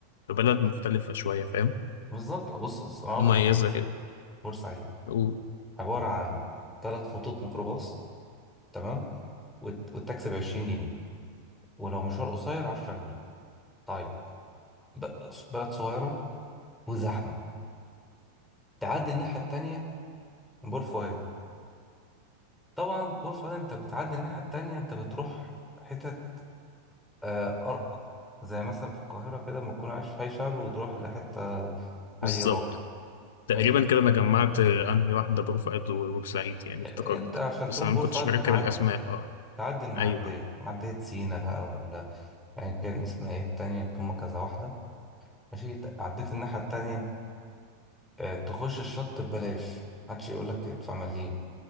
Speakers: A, on the left (about 80°); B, in the centre.
A: في بلد مختلفة شوية فاهم
B: بالظبط بص بص انا اقول
A: مميزة
B: لك على حاجه
A: كده
B: بورسعيد
A: و-
B: عباره عن ثلاث خطوط ميكروباص تمام والت- والتاكسي ب 20 جنيه ولو مشوار قصير 10 جنيه طيب ب- بلد صغيرة وزحمة تعدي الناحية التانية بور فؤاد طبعا بور فؤاد انت بتعدي الناحية التانية انت بتروح حتت آه أرقى زي مثلا في القاهرة كده لما تكون عايش في حي شعبي وتروح لحتة حي
A: بالظبط
B: راقي
A: تقريبا
B: ماشي
A: كده أنا جمعت أنهي واحدة برفقت وبورسعيد يعني
B: آه،
A: افتكرت
B: انت عشان
A: بس
B: تروح
A: أنا
B: بور
A: ما كنتش
B: فؤاد
A: مركب
B: بتعدي
A: الأسماء أه
B: تعدي المعدية
A: أيوه أيوه
B: معدية سينا بقى ولا أيا كان اسمها ايه التانية اللي هما كذا واحدة ماشي ت- عديت الناحية التانية آه، تخش الشط ببلاش محدش يقولك ادفع مليم